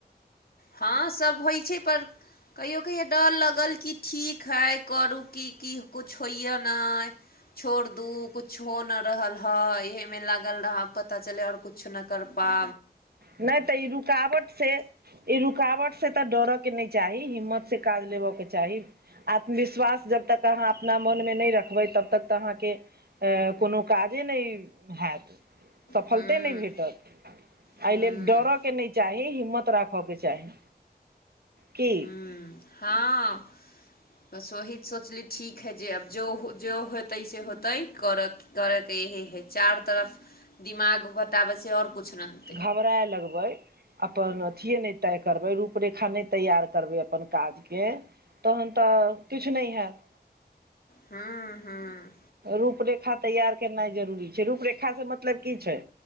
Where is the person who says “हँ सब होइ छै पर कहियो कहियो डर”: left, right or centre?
Left